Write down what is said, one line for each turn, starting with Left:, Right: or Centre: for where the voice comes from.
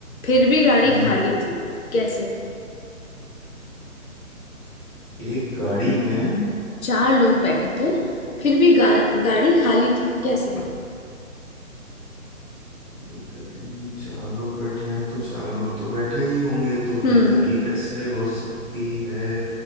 Left: फिर भी गाड़ी
Centre: हम्म
Left: खाली थी कैसे
Centre: एक गाड़ी में
Left: चार लोग बैठे थे फिर भी गा, गाड़ी खाली थी कैसे
Centre: एक गाड़ी में चार लोग बैठे हैं तो चार लोग तो बैठे ही होंगे तो
Left: हम्म
Centre: फिर खाली कैसे हो सकती है